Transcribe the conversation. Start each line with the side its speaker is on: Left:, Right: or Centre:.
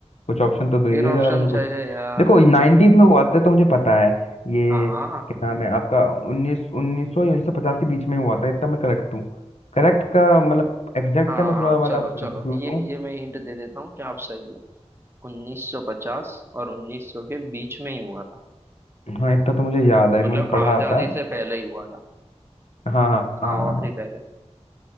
Left: कुछ ऑप्शन तो दीजिए
Right: फिर ऑप्शन
Left: जरा मुझे कुछ
Right: चाहिए यार
Left: देखो नाइन्टीज में हुआ था तो मुझे पता है ये
Right: हाँ हाँ।
Left: क्या नाम है आपका उन्नीस उन्नीस सौ या उन्नीस सौ पचास के बीच में हुआ था इतना मैं करेक्ट हूँ करेक्ट का मतलब एग्जैक्ट
Right: हाँ
Left: का मैं थोड़ा
Right: चलो
Left: मतलब
Right: चलो
Left: कंफ्यूज
Right: ये
Left: हूँ
Right: ये मैं हिंट दे देता हूँ कि आप सही हो 1950 और 1900 के बीच में ही हुआ था
Left: हाँ इतना तो मुझे याद है
Right: मतलब
Left: कि मैंने पढ़ा
Right: आजादी
Left: था
Right: से पहले ही हुआ था
Left: हाँ
Right: काफी
Left: हाँ हाँ
Right: पहले